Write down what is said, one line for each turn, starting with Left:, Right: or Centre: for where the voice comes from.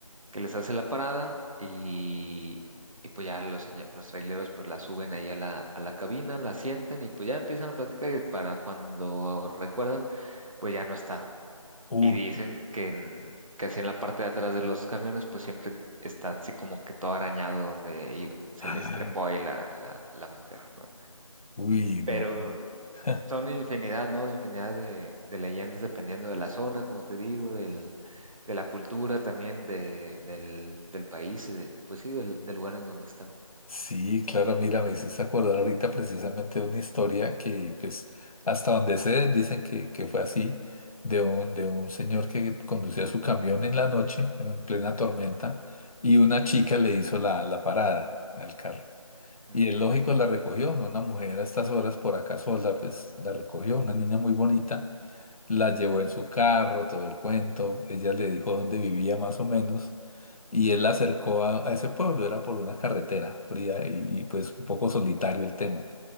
Right: que les hace la parada y, y pues ya los, seño- los traileros pues la suben ahí a la, a la cabina, la sientan y pues ya empiezan a platicar y para cuando recuerdan, pues ya no está.
Left: Uh,
Right: Y dicen que, en, que así en la parte de atrás de los camiones, pues siempre está así como que todo arañado donde i- se
Left: ah,
Right: les trepó ahí la, la, la mujer, ¿no?
Left: uy,
Right: Pero
Left: no. <laughs>
Right: son infinidad, ¿no? Infinidad de, de leyendas dependiendo de la zona, como te digo, del, de la cultura también de, del, del país y de, pues sí, del, del lugar en donde están.
Left: Sí, claro, mira, me hiciste acordar ahorita precisamente de una historia que, pues, hasta donde sé, dicen que, que fue así, de un, de un señor que conducía su camión en la noche, en plena tormenta, y una chica le hizo la, la parada al carro.
Right: Ujú,
Left: Y él, lógico, la recogió, ¿no? Una mujer a estas horas por acá sola, pues, la recogió, una niña muy bonita, la llevó en su carro, todo el cuento. Ella le dijo dónde vivía más o menos. Y él la acercó a, a ese pueblo, era por una carretera fría y, y, pues un poco solitario el tema.